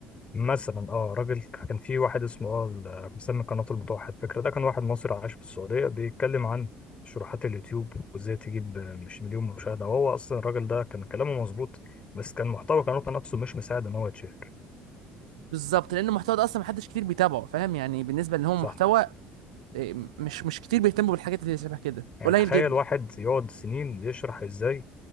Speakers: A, on the left; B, on the right.
A: مثلا اه راجل كان في واحد اسمه اه ال- مسمي قناة المتوحد فكرة ده كان واحد مصري عايش في السعودية بيتكلم عن شروحات اليوتيوب وازاي تجيب آه، مش مليون مشاهدة وهو اصلا الراجل ده كان كلامه مظبوط بس كان محتوى قناته نفسه مش مساعد ان هو يتشهر
B: بالظبط لان المحتوى ده اصلا محدش كتير بيتابعه فاهم يعني بالنسبه ان هو
A: صح
B: محتوى آه، مش مش كتير بيهتموا بالحاجات اللي شبه كده
A: يعني
B: قليل
A: تخيل
B: جدا
A: واحد يقعد سنين بيشرح ازاي